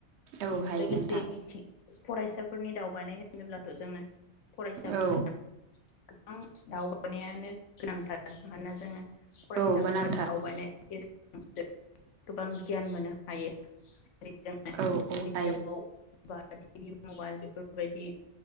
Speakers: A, on the right; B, on the left.
A: औ हायो
B: लोगोसे
A: नोंथां
B: मिंथिं फरायसाफोरनि दावबायनाय होनोब्ला जोंनो फरायसाफोरा
A: औ
B: गोबां दावबायनायानो गोनांथार मानोना जोंङो फरायसाफोरा
A: औ गोनांथार
B: दावबायनायनि गेजेरजों <inaudible> गोबां गियान मोननो हायो। <inaudible> <unintelligible>
A: औ हायो
B: बा टि भि मबाइल बेफोरबायदि